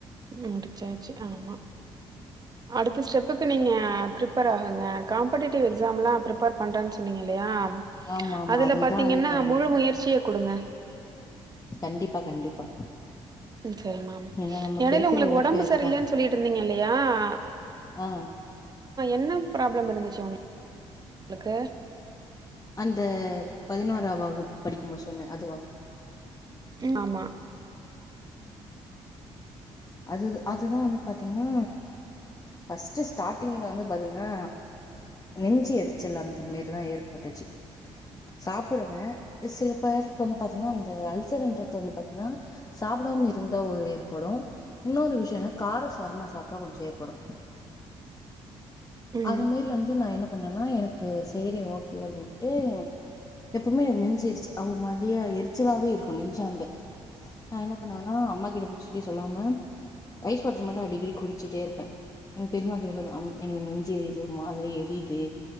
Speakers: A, on the right; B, on the left.
A: முடுச்சாச்சு ஆமா அடுத்த ஸ்டெப்புக்கு நீங்க பிரிப்பேர் ஆகுங்க காம்படேட்டிவ் எக்ஸாம்லா ப்ரிப்பேர் பண்றேன் சொன்னீங்கெல்லயா
B: ஆமா ஆமா
A: அதுல
B: அதுதா
A: பாத்தீங்கன்னா
B: இது பண்ணு
A: முழு முயற்சிய குடுங்க
B: கண்டிப்பா கண்டிப்பா
A: <unintelligible>
B: ஏன்னா நமக்கு
A: எடைல
B: இருக்கிற
A: ஒங்ளுக்கு
B: ஓப்பே
A: ஒடம்பு
B: அதுதா
A: சரில்லென் சொல்லிட்ருந்தீங்கல்லயாஅ
B: ஆ
A: என்ன ப்ராப்ளம் இருந்துச்சு ஒங்க ளுக்கு
B: அந்த பதினோரா வகுப் படிக்கும்பொ சொன்னே அதுவா
A: ம் ஆமா
B: அதுது அதுதா வந்து பாத்தீங்கனா ஃபஸ்ட்டு ஸ்டார்ட்டிங்ல வந்து பாத்தீங்கனா நெஞ்சி எரிச்சல் அந்த மேரிதா ஏற்பட்டுச்சு சாப்புடுவே சில பேருக்கு வந்து பாத்தீங்னா அந்த அல்சருன்றது வந்து பாத்தீங்னா சாப்புடாம இருந்தா ஒரு ஏற் படு இன்னொரு விஷ்யொன்னா கார சாரமா சாப்ட்டா கொஞ்ச ஏற்படு
A: ம்
B: அது மேரி வந்து நா என்ன பண்ணேன்னா எனக்கு சேரி ஓகே அப்டின்ட்டு எப்பொமே எனக் நெஞ்சு எரிச்சு அ ஒர் மாதிரியா எரிச்சலாவே இருக்கு நெஞ்சாண்ட நா என்ன பண்ணுவேன்னா அம்மா கிட்ட மோஸ் ட்லி சொல்லாம ஐஸ் வாட்ரு மட்டு அடிக்கடி குடுச்சிட்டே இருப்பே எங்க பெரிம்மாகிட்ட சொல்வ அம் எனக்கு நெஞ்சு எரியிது ஒரு மாதிரி எரியிது